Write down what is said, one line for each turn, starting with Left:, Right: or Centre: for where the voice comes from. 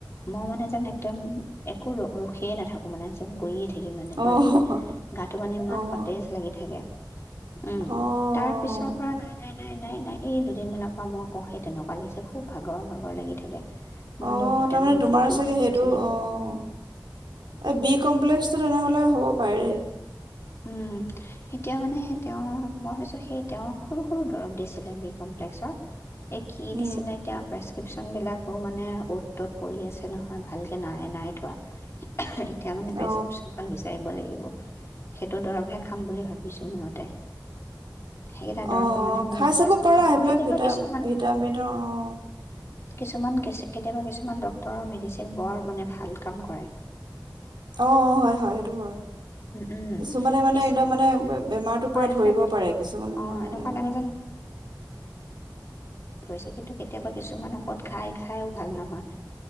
Left: মই মানে যেন একদম একো ৰখিয়েই নাথাকো মানে যেন গৈয়ে থাকিম এনেকুৱা
Right: অ'
Left: লাগে, গাটো মানে ইমান
Right: অ'
Left: সতেজ লাগি থাকে। উম,
Right: অ',
Left: তাৰ পিছৰ পৰা নাই নাই নাই-নাই-নাই এই দুদিনমানৰ পৰা মই আকৌ সেই তেনেকুৱা লাগিছে খুব ভাগৰ ভাগ ৰ লাগি থাকে। মই
Right: অ',
Left: বোলো ভিটামিন
Right: তাৰমানে তোমাৰ
Left: ডিটোহে
Right: চাগে
Left: কমিছে
Right: সেইটো,
Left: নেকি
Right: অ',
Left: আকৌ
Right: এই বি কমপ্লেক্সটো তেনেহলে হ'ব ফৰে।
Left: উম, এতিয়া মানে সেই তেওঁ মই ভাবছোঁ সেই তেওঁ সৰু-সৰু দৰৱ দিছিলে বি কমপ্লেক্সৰ। এ কি
Right: উম,
Left: দিছিলে এতিয়া প্ৰেছ প্ৰেক্ৰিপশ্যনবিলাকো মানে অ'ত-ত'ত পৰি আছে নহয় ভালকৈ নাই-নাই থোৱা। এতিয়া মানে
Right: অ',
Left: প্ৰেছক্ৰিপশ্যনখন বিচাৰিব লাগিব। <inaudible> সেইটো দৰৱহে খাম বুলি ভাবিছোঁ মনতে। সেইকেইটা দৰৱত
Right: অ,
Left: মানে
Right: অ,
Left: মোক
Right: খাই
Left: যথেষ্ট
Right: চাব পাৰা
Left: কাম লাগে।
Right: সেইবিলাক
Left: কেতিয়াবা
Right: ভিটা
Left: কিছুমান
Right: ভিটামিনৰ অ,
Left: কিছুমান কেচি কেতিয়াবা কিছুমান ডক্তৰৰ মেডিচিন বৰ মানে ভাল কাম কৰে।
Right: অ, অ, হয়-হয় সেইটো হয়।
Left: উম,
Right: কিছুমানে মানে
Left: কিছুমান
Right: একদম মানে বেমাৰটোৰ
Left: পাৰফেক্ট
Right: পুৰা ধৰিব পাৰে কিছুমানে
Left: অঁ
Right: নোৱাৰে।
Left: এনেকুৱা লাগে হৈছে কিন্তু কেতিয়াবা কিছুমান ঔষধ খাই খাইয়ো ভাল নহয়।